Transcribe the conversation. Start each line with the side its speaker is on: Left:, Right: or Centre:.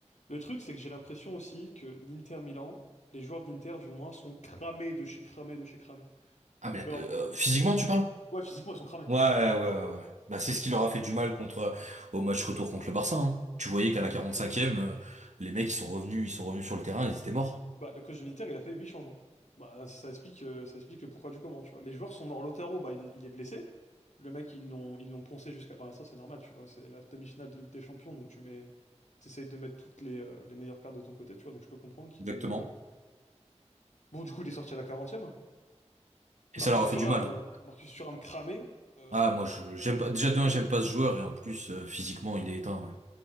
Left: Le truc, c'est que j'ai l'impression aussi que l'Inter Milan, les joueurs de l'Inter du moins, sont cramés de chez cramés de chez cramés.
Right: Ah mais
Left: Genre,
Right: euh, physiquement tu parles?
Left: ouais, physiquement, ils sont cramés.
Right: Ouais,
Left: Ils
Right: ouais,
Left: sont-
Right: ouais, ouais. Bah c'est ce qui leur a fait du mal contre euh, au match retour contre le Barça. hein. Tu voyais qu'à la quarante-cinquième, euh, les mecs ils sont revenus, ils sont revenus sur le terrain, ils étaient morts.
Left: Bah, le coach de l'Inter, il a fait 8 changements. Bah, ça explique, euh, ça explique le pourquoi du comment, tu vois. Les joueurs sont morts. Lautaro, bah, il est, il est blessé. Le mec, ils l'ont, ils l'ont poncé jusqu'à... Bah, ça, c'est normal, tu vois. C'est la demi-finale de Ligue des Champions, donc tu mets... T'essayes de mettre toutes les, euh, les meilleures cartes de ton côté, tu vois. Donc je peux comprendre qu'il
Right: Exactement.
Left: l'ait mis en jeu. Bon, du coup, il est sorti à la quarantième.
Right: Et
Left: Marcus
Right: ça leur a
Left: Thuram,
Right: fait du mal. hein.
Left: Marcus Thuram cramé. Euh,
Right: Ah moi je j'aime
Left: euh,
Right: pas déjà de un, j'aime pas ce joueur et en plus euh, physiquement il est éteint, ouais.